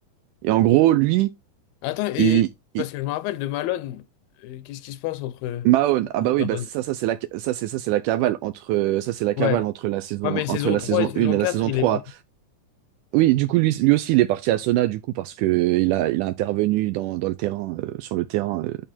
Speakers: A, on the right (about 80°); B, on the left (about 85°).
A: Et en gros, lui,
B: Attends, et
A: il, il,
B: parce que je me rappelle de Malone, euh, qu'est-ce qui se passe entre...
A: Mahone, ah bah oui,
B: Malone.
A: bah ça, ça c'est la, ça c'est ça c'est la cavale entre, ça c'est la cavale
B: Ouais.
A: entre la saison,
B: Ouais, mais saison
A: entre la
B: 3
A: saison
B: et saison
A: 1 et
B: 4
A: la saison
B: il
A: 3.
B: est.
A: Oui, du coup lui, lui aussi il est parti à Sona du coup parce que il a, il a intervenu dans, dans le terrain, euh, sur le terrain euh,